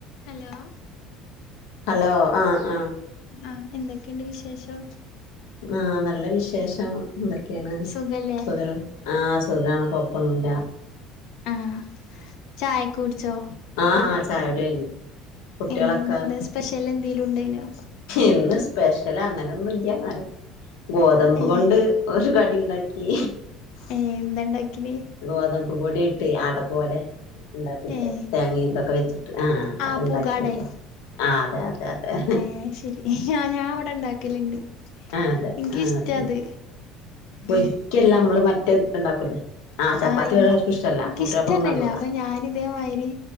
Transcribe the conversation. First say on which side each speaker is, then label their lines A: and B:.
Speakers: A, on the left; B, on the left.
A: Hello
B: hello ആഹ്‌ ആഹ്‌
A: ആഹ്‌ എന്തൊക്കെയൊണ്ട് വിശേഷം?
B: ആഹ്‌ നല്ല വിശേഷം എന്തൊക്കെയാണ്
A: സുഖല്ലേ
B: സുഖല്ലെ ആഹ്‌ സുഖാണ് കൊപ്പൊന്നുല്ല
A: ആഹ്‌ ചായേക്ക കുടിച്ചോ?
B: ആഹ് ചായ കുടി കഴിഞ്ഞു കുട്ടികളൊക്കെ
A: ഏഹ്‌ ഇന്നെന്താ സ്പെഷ്യലെന്തേലും ഉണ്ടായിനോ?
B: ഇന്ന് സ്പെഷ്യല് അങ്ങനൊന്നും ഇല്ല്യാന്നാലും ഗോതമ്പ്
A: ഏഹ്
B: കൊണ്ട് ഒരു കടി ഇണ്ടാക്കി
A: ഏഹ്‌ എന്തണ്ടാക്കിനി
B: ഗോതമ്പ് പൊടി ഇട്ട് അട പോലെ ഇണ്ടാക്കില്ലേ
A: ഏഹ്
B: തേങ്ങ ഇന്തൊക്കെ വെച്ച് ആഹ്‌
A: ആഹ്
B: അതൊണ്ടാക്കി
A: പൂകാടെ
B: ആഹ്‌ അതെ അതെ അതെ
A: ഏഹ് ശരി ഞാ ഞാവടെ ഇണ്ടാക്കലിണ്ട്
B: ആഹ് അതെ
A: എനിക്ക്ഷ്ടാത്
B: ആഹ് അതെ പൊരിക്കല്ല നമ്മള് മറ്റേത് ഇണ്ടാക്കൂലേ? ആഹ് ചപ്പാത്തി
A: ആഹ്‌
B: ഇവടെ ആർക്കും ഇഷ്ടല്ല
A: എനിക്കിഷ്ടന്നല്ലാ
B: കുട്ടികൾക്കൊന്നും കണ്ടൂടാ
A: അപ്പ ഞാനിതേമാതിരി